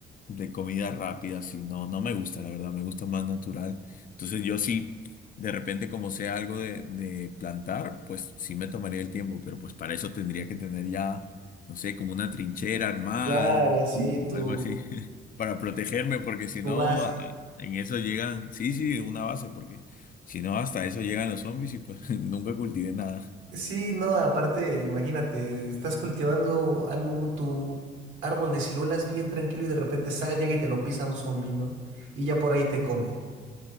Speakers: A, on the left; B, on the right.
A: de comida rápida, sí, no, no me gusta, la verdad, me gusta más natural. Entonces yo sí, de repente como sea algo de, de plantar, pues sí me tomaría el tiempo, pero pues para eso tendría que tener ya, no sé, como una trinchera armada
B: Claro, sí, tu,
A: o algo así, <laughs> para protegerme, porque si
B: tu
A: no,
B: base.
A: a- en eso llegan, sí, sí, una base, porque si no, hasta eso llegan los zombies y pues <laughs> nunca cultivé nada.
B: Sí, no, aparte, imagínate, estás cultivando algo, tu árbol de ciruelas bien tranquilo y de repente sa llega y te lo pisa un zombi, ¿no? Y ya por ahí te come.